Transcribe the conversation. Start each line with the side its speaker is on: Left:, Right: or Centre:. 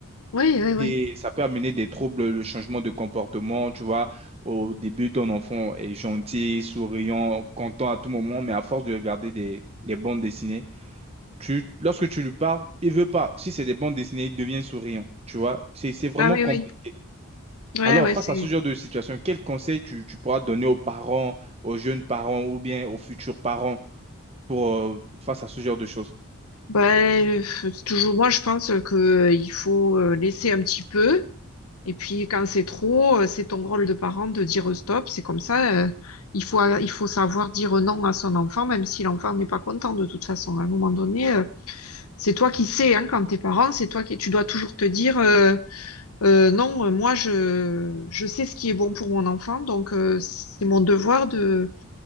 Left: Oui, oui, oui.
Right: Et ça peut amener des troubles, le changement de comportement, tu vois. Au début, ton enfant est gentil, souriant, content à tout moment, mais à force de regarder des, des bandes dessinées, tu, lorsque tu lui parles, il veut pas. Si c'est des bandes dessinées, il devient souriant, tu vois. C'est, c'est vraiment
Left: Ah oui,
Right: compliqué.
Left: oui. Ouais,
Right: Alors,
Left: ouais,
Right: face
Left: c'est.
Right: à ce genre de situation, quel conseil tu, tu pourras donner aux parents, aux jeunes parents ou bien aux futurs parents pour, euh, face à ce genre de choses?
Left: Ouais, euh, c'est toujours moi, je pense que euh, il faut euh, laisser un petit peu. Et puis quand c'est trop, euh, c'est ton rôle de parent de dire stop. C'est comme ça, euh, il faut, euh, il faut savoir dire non à son enfant, même si l'enfant n'est pas content de toute façon. À un moment donné, euh, c'est toi qui sais, hein, quand t'es parent, c'est toi qui, tu dois toujours te dire euh, euh, non, euh, moi je, je sais ce qui est bon pour mon enfant, donc euh, c'est mon devoir de,